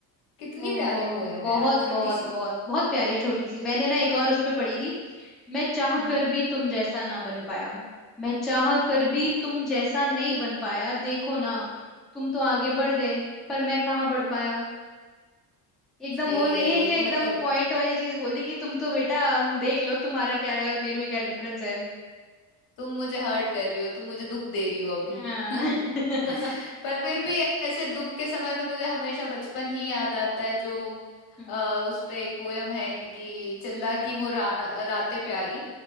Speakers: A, on the left (about 60°); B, in the centre.
A: कितनी
B: ओहो
A: प्यारी पोयम
B: बहुत
A: है यार छोटी
B: बहुत
A: सी
B: बहुत बहुत प्यारी छोटी सी मैंने ना एक और उस पे पढ़ी थी मैं चाह
A: हम्म
B: कर
A: हम्म
B: भी तुम जैसा ना बन पाया मैं चाह कर
A: हम्म, हम्म।
B: भी तुम जैसा नहीं बन पाया देखो ना तुम तो आगे बढ़ गए पर मैं कहाँ बढ़ पाया एकदम
A: सही
B: वो नहीं
A: है
B: है
A: ये
B: क्या एकदम
A: तो मतलब
B: पॉइंट वाली चीज बोल दी कि तुम तो बेटा देख लो तुम्हारा क्या है और मेरे में क्या डिफरेंस है
A: तुम मुझे हर्ट कर रही हो तुम मुझे दुख दे रही हो अभी
B: हाँ
A: <laughs>
B: <laughs>
A: पर फिर भी ऐसे दुख के समय पे मुझे हमेशा बचपन ही याद आता है जो
B: हम्म
A: आ, उस पे एक पोयम है कि चंदा
B: हम्म
A: की वो रा, रातें प्यारी